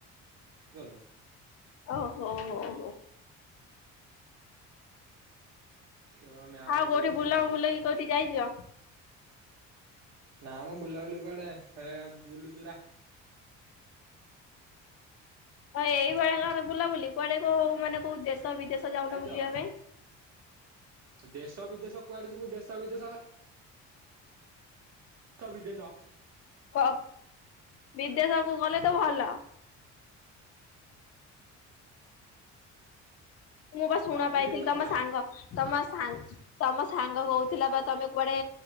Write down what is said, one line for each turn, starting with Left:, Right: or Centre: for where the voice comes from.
Right: ଜାଣନି।
Left: ଓ ହୋ ହୋ।
Right: କେବଳ ମ୍ୟାମ
Left: ଆଉ
Right: କ୍ଲାସ
Left: କୋଉଠି
Right: କରୁଥିଲି।
Left: ବୁଲ ବୁଲକି କୋଉଠି ଯାଇଚ?
Right: ନା ଆମ ବୁଲାବୁଲି କୁଆଡେ ହେ ବୁଲୁଚୁ ରା
Left: ହଁ ଏଇଭଳିଆ କାରେ ବୁଲାବୁଲି କୁଆଡେ କଉ ମାନେ କୋଉ ଦେଶ ବିଦେଶ ଯାଉନ
Right: ଆାଇଚ
Left: ବୁଲିବା ପାଇଁ
Right: ଦେଶ ବିଦେଶ କୁଆଡେ ଯିବୁ ଦେଶ ବିଦେଶ ସ ବିଦେଶ
Left: କ ବିଦେଶକୁ ଗଲେ ତ ଭଲ। ମୁଁ ବା ଶୁଣା
Right: ଭଲ
Left: ପାଇଥିଲି
Right: ବିଦେଶ
Left: ତମ
Right: ଭଲ।
Left: ସାଙ୍ଗ ତମ ସାଙ୍ଗ ତମ ସାଙ୍ଗ କହୁଥିଲା ବା ତମେ କୁଆଡେ